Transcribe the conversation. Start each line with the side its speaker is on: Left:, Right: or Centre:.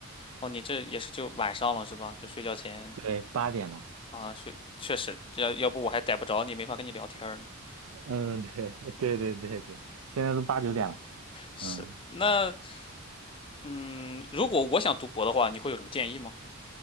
Left: 哦，你这也是就晚上了是吧？就睡觉前
Right: 对，八点了，
Left: 啊，睡确实，要要不我还逮不着你，没法跟你聊天儿呢。
Right: 嗯，对 <laughs> 对对对对，现在都八九点了，
Left: 是，
Right: 嗯。
Left: 那嗯，如果我想读博的话，你会有什么建议吗？